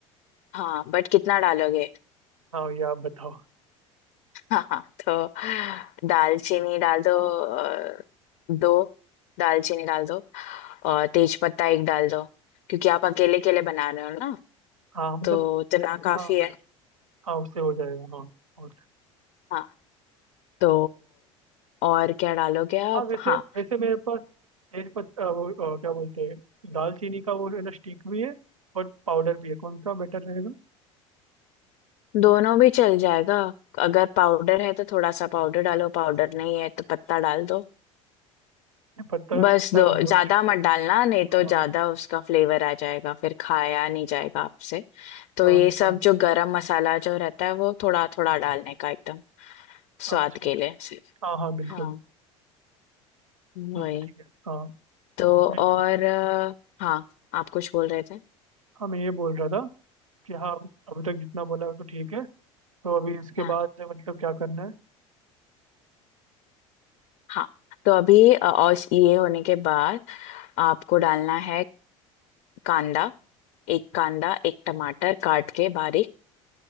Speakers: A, on the left; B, on the right.
A: हाँ बट कितना डालोगे
B: हाँ ये आप बताओ
A: <laughs> हाँ हाँ तो दालचीनी डाल दो अ, दो दालचीनी डाल दो और तेज पत्ता एक डाल दो क्योंकि आप अकेले के लिए बना रहे हो ना
B: हाँ मतलब
A: तो इतना काफी
B: हाँ
A: है
B: हाँ उससे हो जाएगा हाँ और
A: हाँ तो और क्या डालोगे आप
B: हाँ वैसे
A: हाँ
B: वैसे मेरे पास तेज पत्ता वो आ, क्या बोलते हैं दालचीनी का वो है ना स्टिक भी है और पाउडर भी है कौन सा बेटर रहेगा
A: दोनों भी चल जाएगा अगर पाउडर है तो थोड़ा सा पाउडर डालो पाउडर नहीं है तो पत्ता डाल दो
B: नहीं, पत्ता
A: बस
B: पत्ता
A: दो
B: नहीं वो
A: ज्यादा मत डालना नहीं
B: हाँ
A: तो ज्यादा
B: हाँ,
A: उसका फ्लेवर आ जाएगा फिर खाया नहीं जाएगा आपसे
B: अच्छा
A: तो ये
B: अच्छा
A: सब जो गरम मसाला जो रहता है वो थोड़ा थोड़ा डालने का एकदम
B: अच्छा
A: स्वाद
B: अच्छा
A: के लिए सिर्फ
B: हाँ हाँ बिल्कुल
A: हाँ वही
B: हम्म, ठीक है हाँ
A: तो और
B: मैं
A: अ, हाँ आप कुछ बोल रहे थे
B: हाँ मैं ये बोल रहा था कि हाँ अभी तक जितना बोला वो तो ठीक है तो अभी इसके
A: हाँ
B: बाद मतलब क्या करना है
A: हाँ तो अभी अ, और ये होने के बाद आपको डालना है कांदा एक कांदा एक टमाटर काट के बारीक